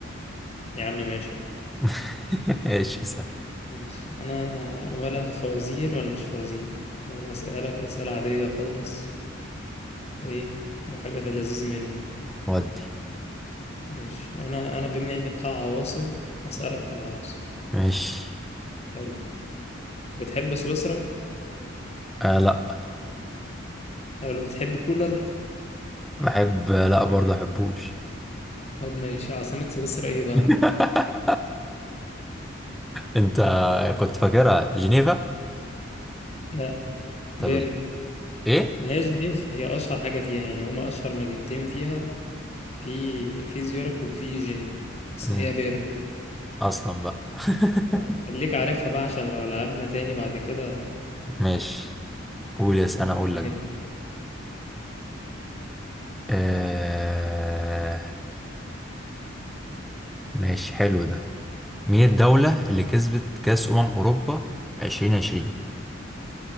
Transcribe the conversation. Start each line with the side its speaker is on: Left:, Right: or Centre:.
Left: يا عم ماشي
Centre: <laughs> ايش اسأل
Left: ماشي انا ولا فوازير ولا مش فوازير انا اسألك اسئلة عادية خالص ايه وحاجة في اللذيذ منه يعني
Centre: ودي
Left: ماشي انا انا بما اني بتاع عواصم اسألك في العواصم
Centre: ماشي
Left: حلو بتحب سويسرا
Centre: آه لا
Left: حلو بتحب كولر
Centre: بحب لا برضه احبوش
Left: طب ماشي عاصمة سويسرا ايه بقى؟
Centre: <laughs> انت كنت فاكرها جنيفا
Left: لا
Centre: طب
Left: بيرن
Centre: ايه
Left: ما هي جنيف هي أشهر حاجة فيها يعني هما أشهر مدينتين فيها في في زيورخ وفي جنيف بس
Centre: مم.
Left: هي بيرن بقى
Centre: اصلا بقى <laughs>
Left: اه خليك عارفها بقى عشان لو لعبنا تاني بعد كده
Centre: ماشي قول يس انا اقول
Left: تبقى
Centre: لك
Left: جامد.
Centre: بقى آه... ماشي حلو ده مين الدولة اللي كسبت كأس أمم أوروبا 2020